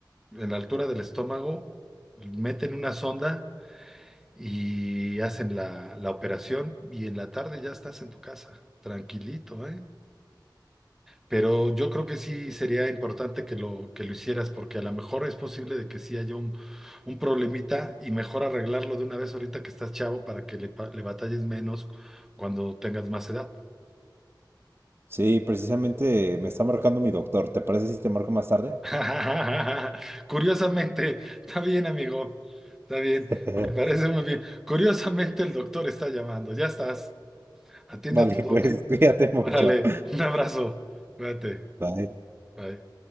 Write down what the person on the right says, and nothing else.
Sí, precisamente me está marcando mi doctor. ¿Te parece si te marco más tarde?
<laughs>
Vale,
pues cuídate mucho.
Bye.